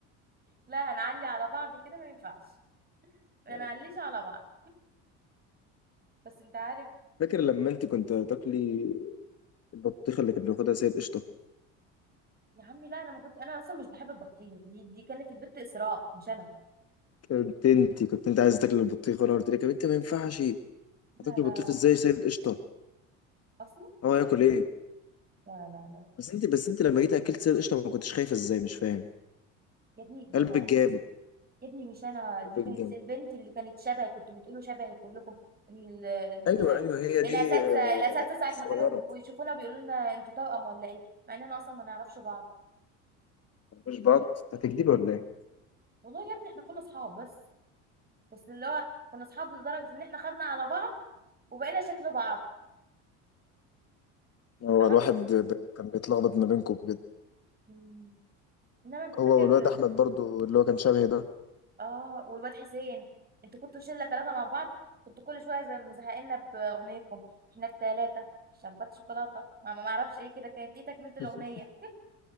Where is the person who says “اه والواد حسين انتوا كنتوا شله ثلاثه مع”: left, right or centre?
Right